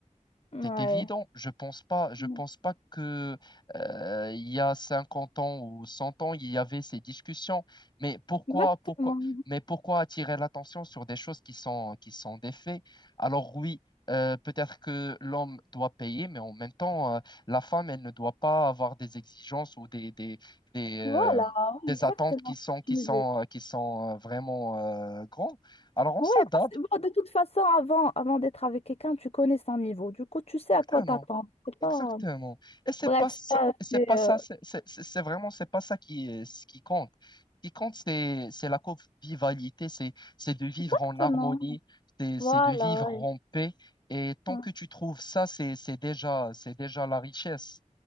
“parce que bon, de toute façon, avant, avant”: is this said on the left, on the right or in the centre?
Left